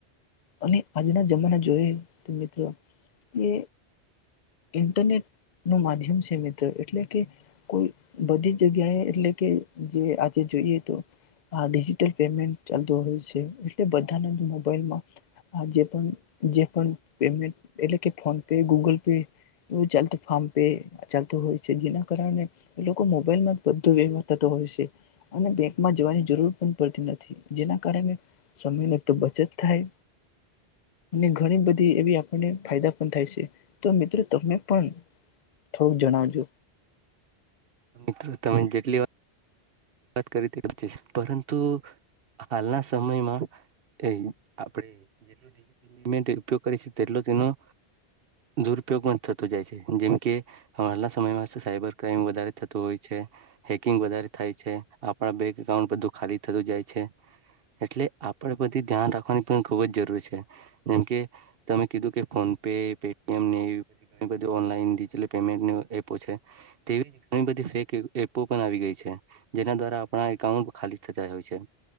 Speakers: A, on the left (about 50°); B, on the right (about 60°).
A: અને આજના જમાના જોઈએ તો મિત્રો એ ઇન્ટરનેટ નું માધ્યમ છે મિત્રો એટલે કે કોઈ બધી જગ્યાએ એટલે કે જે આજે જોઈએ તો આ ડિજિટલ પેમેન્ટ ચાલતો હોય સે એટલે બધાને મોબાઈલમાં જે પણ જે પણ પેમેન્ટ એટલે કે ફોન પે ગૂગલ પે એવુ ચાલતું ફામ પે ચાલતું હોય સે જેના કારણે લોકો મોબાઈલમાં બધો વેવાર થતો હોય છે અને બેંકમાં જવાની જરૂર પણ પડતી નથી જેના કારણે સમયની તો બચત થાય અને ઘણી બધી એ આપણને ફાયદા પણ થાય સે તો મિત્રો તમે પણ થોડુંક જણાવજો.
B: મિત્રો તમે જેટલી વા ત કરી <unintelligible> પરંતુ હાલના સમયમાં એય આપણે જેટલું ડિજિટલ પેમેન્ટ ઉપયોગ કરીશું તેટલું તેનું દુરુપયોગ પણ થતો જાય છે. જેમકે હાલના સમયમાં સાયબર ક્રાઈમ વધારે થતો હોય છે હેકિંગ વધારે થાય છે. આપણા બેંક એકાઉન્ટ બધું ખાલી થતું જાય છે એટલે આપણે બધી ધ્યાન રાખવાની પણ ખુબ જ જરૂરી છે જેમકે તમે કીધું કે ફોન પે પેટી એમ ને એવી બધી ડિજિટલ પેમેન્ટની એપો છે તેવી ઘણી બધી ફેક એપો પણ આવી ગઈ છે. જેના દ્વાર આપણા એકાઉન્ટ ખાલી થતા હોય છે.